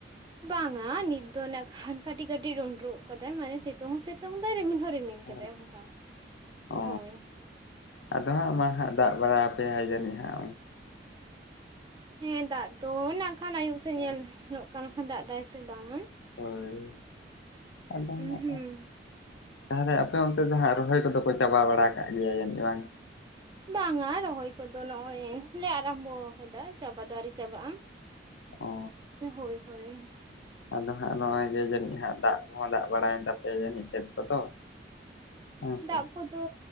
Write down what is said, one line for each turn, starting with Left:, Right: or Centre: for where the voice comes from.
Right: ᱵᱟᱝᱟ ᱱᱤᱛ ᱫᱚ ᱱᱟᱜ ᱠᱷᱟᱱ ᱠᱟᱹᱴᱤᱡ ᱠᱟᱹᱴᱤᱡ ᱰᱚᱸᱰᱨᱚᱜ ᱠᱟᱫᱟᱭ ᱢᱟᱱᱮ ᱥᱤᱛᱩᱝ ᱦᱚᱸ ᱥᱤᱛᱩᱝ ᱫᱟᱭ ᱨᱤᱢᱤᱞ ᱦᱚᱸ ᱨᱤᱢᱤᱞ᱾ ᱥᱤᱛᱩᱝ
Left: ᱦᱳᱭ᱾
Right: ᱠᱟᱫᱟᱭ ᱚᱱᱠᱟ
Left: ᱚ
Right: ᱦᱳᱭ᱾
Left: ᱟᱫᱚ ᱦᱟᱸᱜ ᱢᱟ ᱦᱟᱸᱜ ᱫᱟᱜ ᱵᱟᱲᱟ ᱟᱯᱮᱭᱟᱭ ᱦᱟ ᱡᱟᱹᱱᱤᱡ ᱦᱟᱸᱜ᱾
Right: ᱦᱮᱸ ᱫᱟᱜ ᱫᱚ ᱱᱟᱜ ᱠᱷᱟᱱ ᱟᱭᱩᱵ ᱥᱮᱫ
Left: ᱦᱳᱭ᱾
Right: ᱧᱮᱞ ᱦᱚᱭᱳᱜ ᱠᱟᱱ ᱠᱷᱟᱱ ᱫᱟᱜ ᱫᱟᱭ ᱥᱮ ᱵᱝᱟ᱾
Left: ᱦᱳᱭ ᱟᱫᱚ
Right: ᱩᱸᱦᱩᱸ
Left: ᱱᱟᱦᱟᱜ ᱛᱟᱦᱚᱞᱮ ᱟᱯᱮ ᱚᱱᱛᱮ ᱫᱚ ᱦᱟᱸᱜ ᱨᱚᱦᱚᱭ ᱠᱚᱫᱚ ᱠᱚ ᱪᱟᱵᱟ ᱵᱟᱲᱟ ᱠᱟᱫ ᱜᱮᱭᱟ ᱡᱟᱹᱱᱤᱡ ᱵᱟᱝ?
Right: ᱵᱟᱝᱟ ᱨᱚᱦᱚᱭ ᱠᱚᱫᱚ ᱱᱚᱜ-ᱚᱭ ᱞᱮ ᱟᱨᱟᱢᱵᱚᱣ ᱟᱠᱟᱫᱟ, ᱪᱟᱵᱟ ᱫᱚ ᱟᱹᱣᱨᱤ ᱪᱟᱵᱟᱜᱼᱟ᱾
Left: ᱚ
Right: ᱱᱮ ᱦᱳᱭ ᱦᱳᱭ᱾
Left: ᱟᱫᱚ ᱦᱟᱸᱜ ᱱᱚᱜ-ᱚᱭ ᱜᱮ ᱡᱟᱹᱱᱤᱡ ᱦᱟᱸᱜ ᱫᱟᱜ ᱠᱚᱦᱚᱸ ᱫᱟᱜ ᱵᱟᱲᱟᱭᱮᱱ ᱛᱟᱯᱮᱭᱟ ᱡᱟᱹᱱᱤᱡ ᱠᱷᱮᱛ ᱠᱚᱫᱚ᱾ ᱦᱮᱸ ᱥᱮ?
Right: ᱫᱟᱜ ᱠᱚᱫᱚ